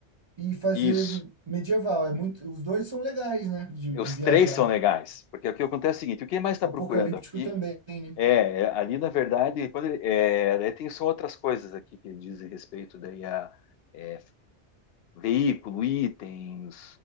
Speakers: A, on the right; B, on the left.
A: e fazer
B: isso.
A: medieval. É muito, os dois são legais, né? De,
B: Os
A: de viajar.
B: três são legais, porque o que acontece é o seguinte: o que mais está
A: Apocalíptico
B: procurando aqui
A: também, né?
B: é, é, ali, na verdade, quando ele- é, daí tem são outras coisas aqui que dizem respeito daí a é, veículo, itens,